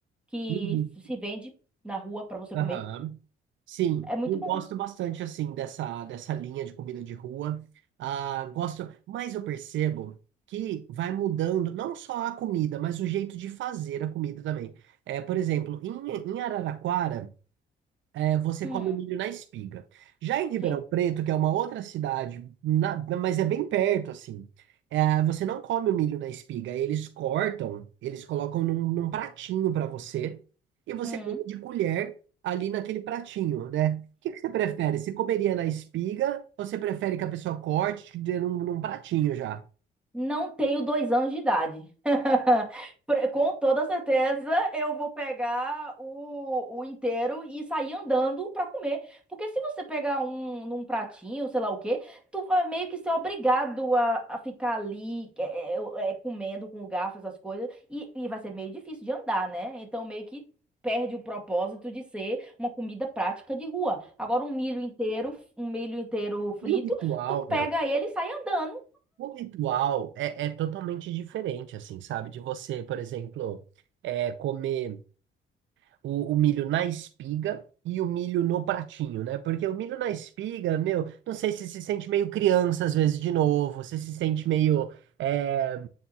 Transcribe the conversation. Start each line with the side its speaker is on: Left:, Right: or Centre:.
Centre: que
Right: Uhum.
Centre: se vende na rua pra você
Right: Aham.
Centre: comer.
Right: Sim,
Centre: É muito
Right: eu gosto
Centre: bom.
Right: bastante assim dessa dessa linha de comida de rua. Ah, gosto, mas eu percebo que vai mudando não só a comida, mas o jeito de fazer a comida também. É, por exemplo, em, em Araraquara É, Você
Centre: Hum,
Right: come milho na espiga. Já em Ribeirão
Centre: sim.
Right: Preto, que é uma outra cidade, na- mas é bem perto, assim, é, você não come o milho na espiga. Eles cortam, eles colocam num, num pratinho para você e você
Centre: Hum.
Right: come de colher ali naquele pratinho, né? O que que você prefere? Você comeria na espiga ou você prefere que a pessoa corte e te dê num, num pratinho já?
Centre: Não tenho dois anos de idade. <laughs> Pre- Com toda certeza, eu vou pegar o, o inteiro e sair andando pra comer. Porque se você pegar um num pratinho, sei lá o quê, tu vai meio que ser obrigado a, a ficar ali é, é, é, comendo com o garfo, essas coisas. E, e vai ser meio difícil de andar, né? Então, meio que perde o propósito de ser uma comida prática de rua. Agora, um milho inteiro, um milho inteiro frito,
Right: E o ritual,
Centre: tu
Right: meu?
Centre: pega ele e sai andando.
Right: O ritual é, é totalmente diferente, assim, sabe? De você, por exemplo, é, comer. o, o milho na espiga e o milho no pratinho, né? Porque o milho na espiga, meu, não sei se se sente meio criança às vezes de novo, Você se sente meio. É,